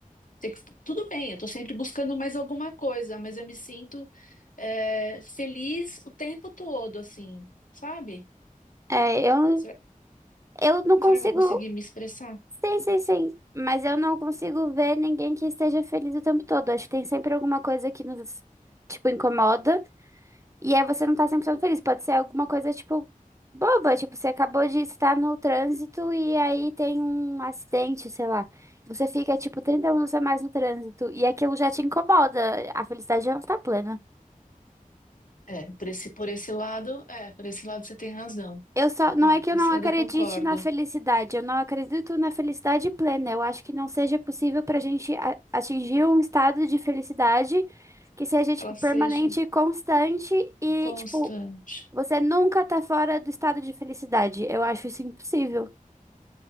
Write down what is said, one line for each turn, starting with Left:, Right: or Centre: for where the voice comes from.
Left: Tem que- Tudo bem, eu tô sempre buscando mais alguma coisa, mas eu me sinto é, feliz o tempo todo, assim, sabe?
Right: É, eu,
Left: Será,
Right: eu não consigo.
Left: será que eu consegui me expressar?
Right: Sim, sim, sim. Mas eu não consigo ver ninguém que esteja feliz o tempo todo. Acho que tem sempre alguma coisa que nos, tipo, incomoda. E aí você não tá 100% feliz. Pode ser alguma coisa, tipo, boba. Tipo, você acabou de estar no trânsito e aí tem um acidente, sei lá. Você fica, tipo, 30 minutos a mais no trânsito. E aquilo já te incomoda. A felicidade já não tá plena.
Left: É, por esse, por esse lado, é, por esse lado você tem razão.
Right: Eu só, não
Left: É,
Right: é que
Left: por
Right: eu
Left: esse
Right: não acredite
Left: lado eu concordo.
Right: na felicidade, eu não acredito na felicidade plena. Eu acho que não seja possível para a gente a- atingir um estado de felicidade que seja, tipo,
Left: Ela seja
Right: permanente, constante e,
Left: constante.
Right: tipo, você nunca tá fora do estado de felicidade. Eu acho isso impossível.